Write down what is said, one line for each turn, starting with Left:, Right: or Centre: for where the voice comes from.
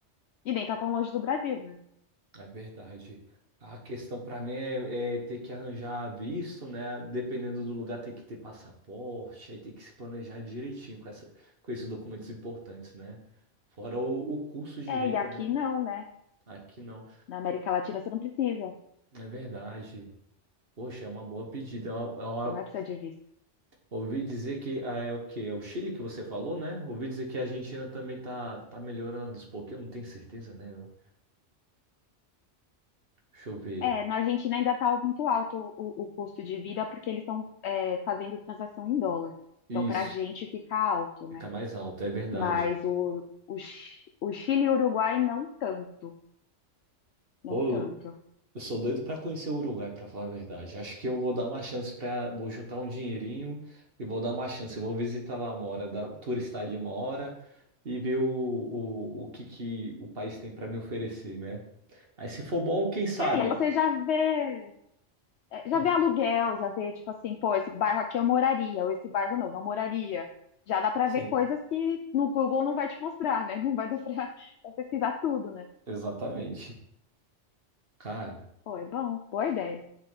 Left: E nem tá tão longe do Brasil, né?
Right: É verdade. A questão para mim é, é ter que arranjar visto, né? Dependendo do lugar, tem que ter passaporte, aí tem que se planejar direitinho com essa, com esses documentos importantes, né? Fora o, o custo de
Left: É,
Right: vida,
Left: e aqui
Right: né?
Left: não, né?
Right: Aqui não.
Left: Na América Latina você não precisa.
Right: É verdade. Poxa, é uma boa pedida. Eu- eu-
Left: Você não vai precisar de visto.
Right: ouvi dizer que ah, é o quê? É o Chile que você falou, né? Ouvi dizer que a Argentina também tá, tá melhorando, porque eu não tenho certeza, né? Eu- Deixa eu ver.
Left: É, na Argentina ainda está muito alto o, o custo de vida porque eles estão é, fazendo transação em dólar.
Right: Isso,
Left: Então, para a gente fica alto, né?
Right: fica mais alto, é verdade.
Left: Mas o, o, Chi- o Chile e o Uruguai não tanto, não
Right: Pô,
Left: tanto.
Right: Eu sou doido pra conhecer o Uruguai, pra falar a verdade. Acho que eu vou dar uma chance para, vou juntar um dinheirinho e vou dar uma chance. vou visitar lá uma hora, dar, turistar ali uma hora e ver o, o, o que que o país tem pra me oferecer, né? Aí se for bom, quem sabe?
Left: É, e aí você já vê, é, já
Right: Hum,
Left: vê aluguel, já vê, tipo assim, pô, esse bairro aqui eu moraria, ou esse bairro não, não moraria. Já dá para
Right: Sim,
Left: ver coisas que no Google não vai te mostrar, né? Não vai dar para pesquisar tudo, né?
Right: exatamente. Cara,
Left: Pô, é bom, boa ideia.